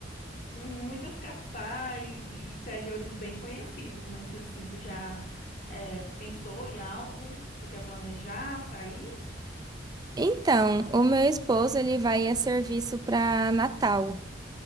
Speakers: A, on the left; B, on the right.
A: muitas capitais e interiores bem conhecidos, mas assim, tu já eh, pensou em algo que tu quer planejar pra ir?
B: Então, o meu esposo, ele vai a serviço para Natal.